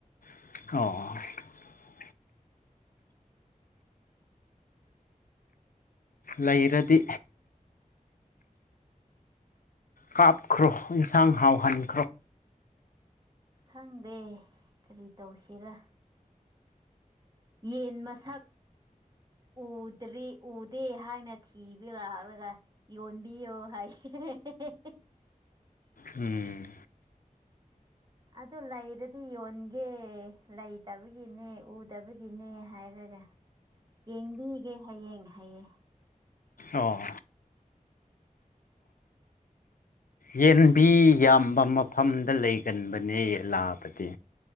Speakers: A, on the left; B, on the right.
A: ꯑꯣ ꯂꯩꯔꯗꯤ ꯀꯥꯞꯈ꯭ꯔꯣ ꯏꯟꯁꯥꯡ ꯍꯥꯎꯍꯅꯤ
B: ꯈꯪꯗꯦ ꯀꯔꯤ ꯇꯧꯁꯤꯔ ꯌꯦꯟ ꯃꯁꯛ ꯎ ꯎꯗ꯭ꯔꯤ ꯎꯗꯦ ꯍꯥꯏꯅ ꯊꯤꯕ ꯂꯥꯛꯂꯒ ꯌꯣꯟꯕꯤꯌꯣ ꯍꯥꯏꯦ <unintelligible>
A: ꯎꯝ
B: ꯑꯗꯨ ꯂꯩꯔꯗꯤ ꯌꯣꯟꯒꯦ ꯂꯩꯇꯕꯒꯤꯅꯦ ꯎꯗꯕꯒꯤꯅꯦ ꯍꯥꯏꯔ ꯌꯦꯡꯕꯤꯒꯦ ꯍꯌꯦꯡ ꯍꯌꯦꯡ
A: ꯑꯣ ꯌꯦꯟꯕꯤ ꯌꯥꯝꯕ ꯃꯐꯝꯗ ꯂꯩꯒꯟꯕꯅꯦ ꯂꯥꯕꯗꯤ